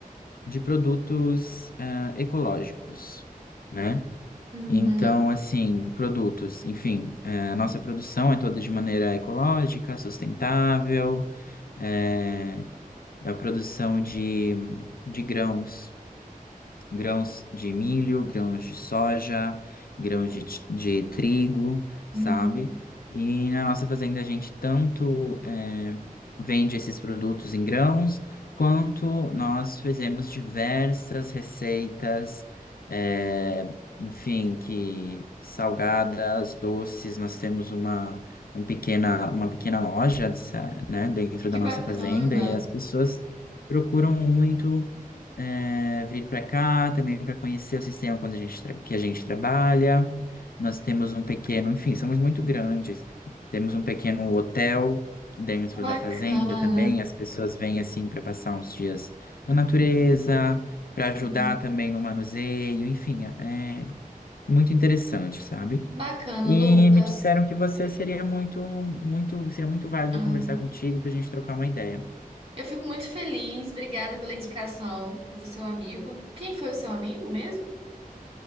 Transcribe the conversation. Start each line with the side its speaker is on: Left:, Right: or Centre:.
Left: de produtos ah, ecológicos, né?
Right: uhum,
Left: Então, assim, produtos, enfim, eh, a nossa produção é toda de maneira ecológica, sustentável, eh, é, a produção de, de grãos grãos de milho, grãos de soja, grãos de, ti- de trigo, sabe?
Right: uhum.
Left: E na nossa fazenda a gente tanto eh, vende esses produtos em grãos, quanto nós fizemos diversas receitas, eh, enfim, que salgadas, doces, nós temos uma, um pequena, uma pequena loja, sa- né, dentro
Right: Que
Left: da nossa
Right: bacana.
Left: fazenda e as pessoas procuram muito é, vir para cá também para conhecer o sistema quando a gente tra- que a gente trabalha. Nós temos um pequeno, enfim, somos muito grandes. Temos um pequeno hotel dentro
Right: Bacana.
Left: da fazenda também. As pessoas vêm assim para passar uns dias na natureza, para
Right: Sim.
Left: ajudar também no manuseio, enfim, é é muito interessante, sabe?
Right: Bacana,
Left: E
Right: Lucas.
Left: me disseram que você seria muito, muito, seria muito válido
Right: Ah,
Left: conversar contigo para a gente trocar uma ideia.
Right: eu fico muito feliz. Obrigada pela indicação do seu amigo. Quem foi o seu amigo mesmo?